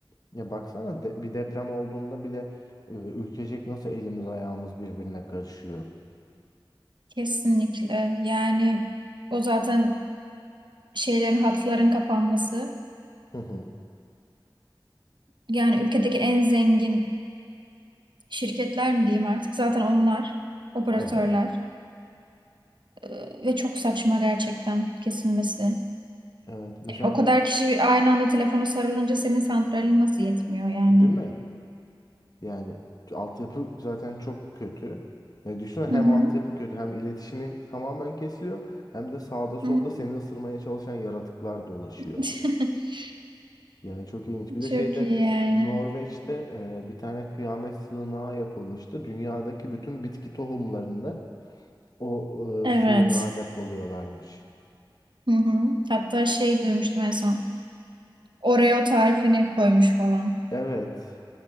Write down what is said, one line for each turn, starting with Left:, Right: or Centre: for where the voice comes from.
Left: Ya baksana de- bir deprem olduğunda bile e, ülkecek nasıl elimiz ayağımız birbirine karışıyor.
Right: Kesinlikle. Yani o zaten şeylerin hatların kapanması.
Left: Hı hı.
Right: Yani ülkedeki en zengin şirketler mi diyeyim artık? Zaten onlar operatörler
Left: Evet.
Right: E, ve çok saçma gerçekten kesilmesi.
Left: Evet. Mesela
Right: Yani o kadar kişi aynı anda telefona sarılınca senin santralin nasıl yetmiyor yani?
Left: değil mi? Yani altyapı zaten çok kötü. Ya düşünsene
Right: Hı
Left: hem
Right: hı.
Left: altyapı kötü hem iletişimin tamamen kesiliyor hem de sağda solda
Right: Hı hı.
Left: seni ısırmaya çalışan yaratıklar dolaşıyor.
Right: <laughs>
Left: Yani çok ilginç. Bir
Right: Çok
Left: de şeyde
Right: iyi yani.
Left: Norveç'te e, bir tane kıyamet sığınağı yapılmıştı. Dünyadaki bütün bitki tohumlarını o
Right: Evet.
Left: e, sığınağa depoluyorlarmış.
Right: Hı hı. Hatta şey duymuştum en son. Oreo tarifini koymuş falan.
Left: Evet.